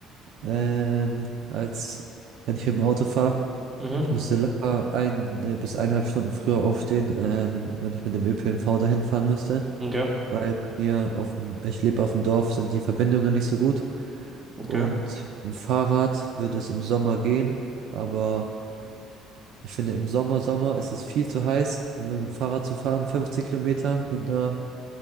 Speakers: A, on the right; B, on the right.
A: ähm, als wenn ich mit dem Auto fahre.
B: Mhm.
A: Ich müsste locker ein äh, bis eineinhalb Stunden früher aufstehen, ähm, wenn ich mit dem ÖPNV dahin fahren müsste.
B: Okay,
A: weil bei mir auf dem, ich lebe auf dem Dorf, sind die Verbindungen nicht so gut
B: okay,
A: und mit dem Fahrrad würde es im Sommer gehen, aber ich finde im Sommer, Sommer ist es viel zu heiß, um mit dem Fahrrad zu fahren, 15 Kilometer mit einer,